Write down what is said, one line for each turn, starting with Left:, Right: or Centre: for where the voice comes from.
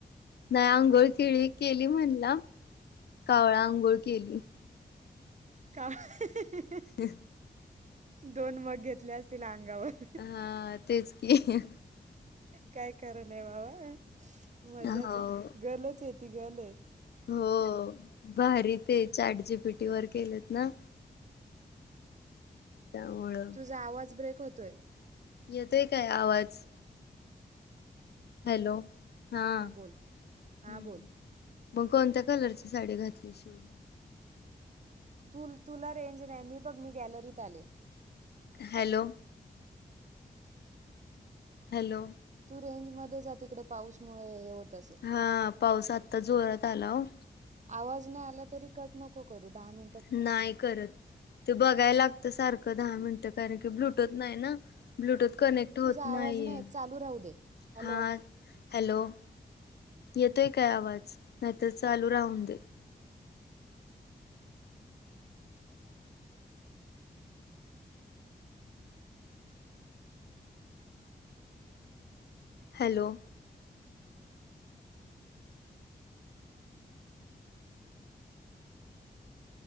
Left: नाही आंघोळ केळी केली म्हणला. कावळा अंघोळ केली.
Right: कावळा ही ही ही-
Left: हं
Right: दोन मग घेतले असतील अंगावर
Left: हा तेच की
Right: काय खरं नाही बाबा मजाच
Left: हो
Right: गलच ये ती गल ये
Left: हो भारी ते चॅट जी पी टी वर केलात ना. त्यामुळं
Right: तुझा आवाज ब्रेक होतोय.
Left: येतोय काय आवाज? हॅलो हा
Right: हां
Left: हम्म-
Right: बोल हां बोल
Left: मग कोणत्या कलरची साडी घातली शिवला
Right: तुल तुला रेंज नाही मी बघ मी गॅलरीत आले.
Left: हॅलो.... हॅलो....
Right: तू रेंज मध्ये जा तिकडे पाऊसमुळे हे होत असेल
Left: हा पाऊस आत्ता जोरात आला ओ
Right: आवाज नाही आला तरी कट नको करू दहा मिनिटात
Left: नाही करत. ते बघायला लागत सारखं दहा मिनटं कारण की ब्लूटूथ नाही ना ब्लूटूथ कनेक्ट. होत
Right: तुझा
Left: नाहीये.
Right: आवाज नाही येत, चालू राहू दे हॅलो
Left: हा हॅलो येतोय काय आवाज नाहीतर चालू राहून दे. Hello....